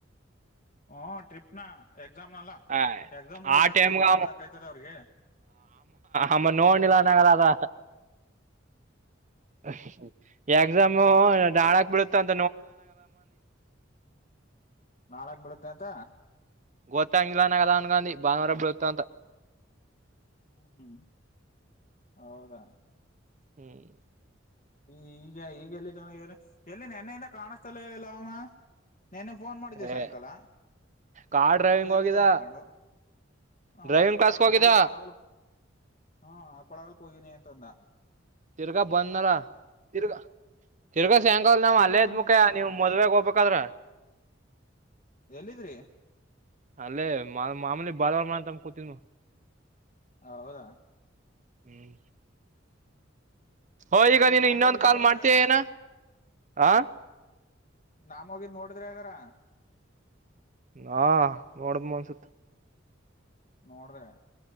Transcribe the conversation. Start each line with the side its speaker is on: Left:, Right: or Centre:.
Left: ಹು ಟ್ರಿಪ್ ನ ಎಕ್ಸಾಮ್ ನಲ್ಲ
Right: ಹ
Left: ಎಕ್ಸಾಮ್ ಮುಂದಕ್
Right: ಆ
Left: ಹಾಕಿ
Right: ಟೈಮ್ಗೆ
Left: ಅಂತ ನಾವ್ ಹೇಳಕ್ ಆಯ್ತದ ಅವ್ರಿಗೆ
Right: ಆಮ್ಮ ನೋಣದ ನಾಗಲ್ಲದ ಹ ಎಕ್ಸಾಮು ನಾಳಕ್ ಬಿಡುತ್ತಂತ
Left: ನಾಳಕ್ ಬಿಡುತ್ತೆ ಅಂತ
Right: ಗೋತ್ತ ಇಂಗ್ಲಾನ ಕದಾನು ಗಾಂಧಿ ಭಾನುವಾರ ಬತ್ತ ಅಂತ
Left: ಹ್ಮ್ ಹೌದಾ
Right: ಹ್ಮ್
Left: ಹ ಈಗ ಈಗ ಎಲ್ಲಿನ ಎಲ್ಲಿ ನೆನ್ನೆಯಿಂದ ಕಾಣಸ್ತಲ್ಲ ಇಲ್ಲಾಮ ನೆನ್ನ ಫೋನ್ ಮಾಡಿದೆೆ ಸಾಯಂಕಾಲ
Right: ಏ ಕಾರ್ ಡ್ರೈವಿಂಗ್
Left: ಎಲ್ಲಿದೆ
Right: ಹೋಗಿದ
Left: ಅನ್್ಕೊಂಡು ಹಾಂ
Right: ಡ್ರೈವಿಂಗ್
Left: ಅದಕ್ಕೆ
Right: ಕ್ಲಾಸ್ಗೆ ಹೋಗಿದ
Left: ಇಲ್ಲ ಕೊಳಗಲ್ ಹಾಂ ಆ ಕೊಳಗಕ್ಕೆ ಹೋಗಿದ್ದನಿ ಅಂತ ೊಂದ
Right: ತಿರ್ಗಾ ಬಂದನಾರ ತಿರ್ಗ ತಿರ್ಗಾ ಸ್ಯಾಂಗಲ್ ನಾವ್
Left: ತಿರ್ಗಾ
Right: ಅಲ್ಲೇದ್
Left: ಬಂದ್
Right: ಮುಖ್ಯ ನೀವ್ ಮದ್ವೆಾಗ ಹೋಗ್ಬೇಕದ್ರ
Left: ಎಲ್ಲಿದ್ರಿ
Right: ಅಲ್ಲೇ ಮಾ ಮಾಮೂಲಿ ಬಾದವಾರ ನಮ ಕತನ್
Left: ಹ ಹೌದಾ
Right: ಹ್ಮ್ ಹೋ ಈಗ ನೀನು
Left: ನಾವ
Right: ಇನ್ನೊಂದ್
Left: ಹೋಗಿ
Right: ಕಾಲ್
Left: ನೋಡುದ್ರೆಗರ
Right: ಮಾಡ್ತೀಯ ಏನ ಆ
Left: ನಾಮೋಗಿ ನೋಡ ದ್ರಗರ
Right: ಹಾ ನೋಡಿದ್ಮನ್ಸುತ್ತ
Left: ನೋಡಿದ್ರೆ